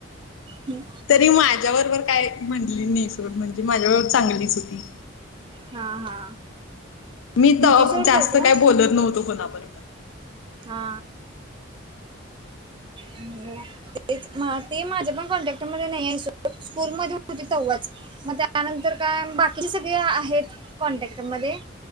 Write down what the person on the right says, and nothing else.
हम्म
हा हा
होती
सोड
त्याचं
हा तेच म ती माझ्या पण कॉन्टॅक्ट मध्ये नाही हाय सोड स्कूल मध्ये होती तवाच मग त्यानंतर काय बाकीची सगळे आहेत कॉन्टॅक्ट मधे